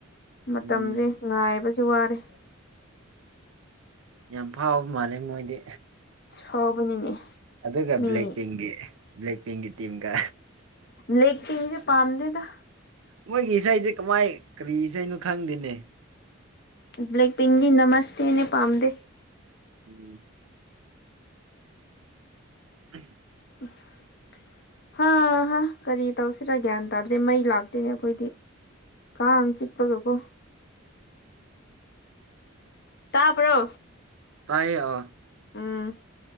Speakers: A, on the left; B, on the right.
A: ꯃꯇꯝꯖꯦ
B: ꯎꯝ
A: ꯉꯥꯏꯕꯁꯦ ꯋꯥꯔꯦ
B: ꯌꯥꯝ ꯐꯥꯎꯕ ꯃꯥꯜꯂꯦ ꯅꯣꯏꯗꯤ
A: ꯁꯥꯎꯕꯅꯤꯅꯦ
B: ꯑꯗꯨꯒ
A: ꯃꯤ
B: ꯕ꯭ꯂꯦꯛ ꯄꯤꯡꯒꯤ ꯕ꯭ꯂꯦꯛ ꯄꯤꯡꯒꯤ ꯇꯤꯝꯒ
A: ꯂꯦꯡꯖꯦꯀꯤ ꯄꯥꯝꯗꯦꯗ
B: ꯃꯣꯏꯒꯤ ꯏꯁꯩꯖꯦ ꯀꯃꯥꯏ ꯀꯔꯤ ꯏꯁꯩꯅꯣ ꯈꯪꯗꯦꯅꯦ
A: ꯕ꯭ꯂꯦꯛ ꯄꯤꯡꯗꯤ ꯅꯃꯁꯇꯦꯅꯦ ꯄꯥꯝꯗ
B: ꯎꯝ ꯎꯝ
A: <inaudible> ꯍꯥ ꯍꯥ ꯀꯔꯤ ꯇꯧꯁꯤꯔꯥ ꯒ꯭ꯌꯥꯟ ꯇꯥꯗ꯭ꯔꯦ ꯃꯩ ꯂꯥꯛꯇꯦꯅꯦ ꯑꯩꯈꯣꯏꯗꯤ ꯀꯥꯡ ꯆꯤꯛꯄꯒꯀꯣ ꯇꯥꯕ꯭ꯔꯣ
B: ꯇꯥꯏꯌꯦ ꯑ
A: ꯎꯝ